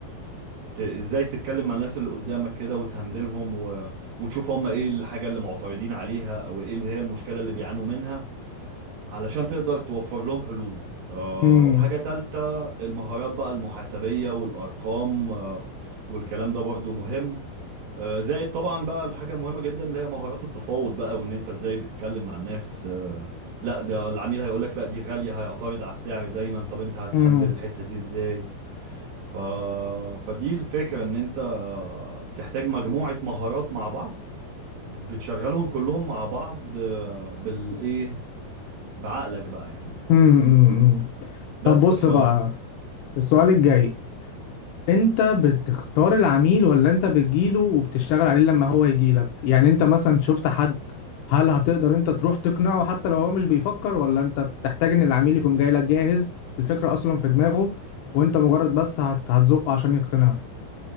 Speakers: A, on the right (about 70°); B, on the left (about 75°).
A: ت- ازاي تتكلم مع الناس اللي قدامك كده وتهندلهم و... وتشوف هم ايه الحاجة اللي معترضين عليها او ايه اللي هي المشكلة اللي بيعانوا منها علشان تقدر توفر لهم حلول أه
B: امم
A: حاجة تالتة المهارات بقى المحاسبية والأرقام أه والكلام ده برضو مهم أه زائد طبعا بقى الحاجة المهمة جدا اللي هي مهارات التفاوض بقى وان انت ازاي بتتكلم مع الناس أه لا ده العميل هيقولك لا دي غالية هيعترض على السعر دايما طب انت هتهندل
B: امم.
A: الحتة دي ازاي ف... فدي الفكرة ان انت بتحتاج مجموعة مهارات مع بعض بتشغلهم كلهم مع بعض آه، بالايه بعقلك بقى يعني ف
B: امم امم، امم.
A: بس
B: طب بص
A: ف
B: بقى السؤال الجاي انت بتختار العميل ولا انت بتجيله وبتشتغل عليه لما هو يجيلك يعني انت مثلا شفت حد هل هتقدر انت تروح تقنعه حتى لو هو مش بيفكر ولا انت بتحتاج ان العميل يكون جاي لك جاهز الفكرة اصلا في دماغه وانت مجرد بس هت- هتزقه عشان يقتنع